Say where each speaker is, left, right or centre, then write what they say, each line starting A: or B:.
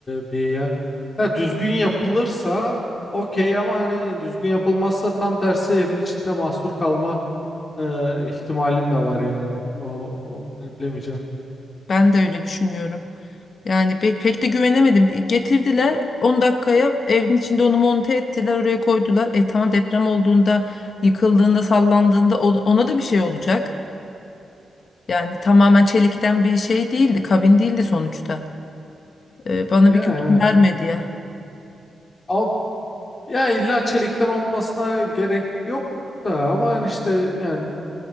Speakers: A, on the left (about 35°); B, on the left (about 55°).
A: e, bir yer. Ya düzgün yapılırsa okey ama hani düzgün yapılmazsa tam tersi evin içinde mahsur kalma e, ihtimalin de var yani. O, o hani bilemeyeceğim.
B: Ben de öyle düşünüyorum. Yani pek pek de güvenemedim. Getirdiler 10 dakikaya evin içinde onu monte ettiler, oraya koydular. E tamam deprem olduğunda, yıkıldığında, sallandığında o- ona da bir şey olacak. Yani tamamen çelikten bir şey değildi, kabin değildi sonuçta. E, bana
A: Ya
B: bir güven
A: evet.
B: vermedi ya.
A: Ama ya illa çelikten olmasına gerek yok da ama hani işte yani